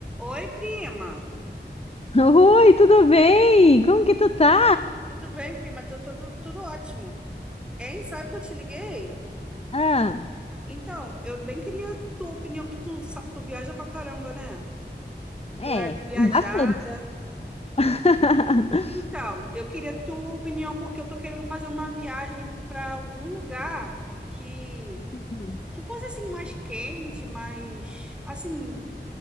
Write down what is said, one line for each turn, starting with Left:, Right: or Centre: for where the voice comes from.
Centre: Oi, prima.
Left: Oi, tudo bem? Como que tu tá?
Centre: Tudo bem, prima? Tô, tudo, tudo ótimo. Hein? Sabe que eu te liguei?
Left: Ah,
Centre: Então, eu bem queria tua opinião, que tu, sa- tu viaja pra caramba, né?
Left: é,
Centre: Tu é viajada.
Left: bastante. <laughs>
Centre: Então, eu queria tua opinião, porque eu tô querendo fazer uma viagem pra algum lugar que,
Left: Uhum.
Centre: que fosse, assim, mais quente, mais, assim,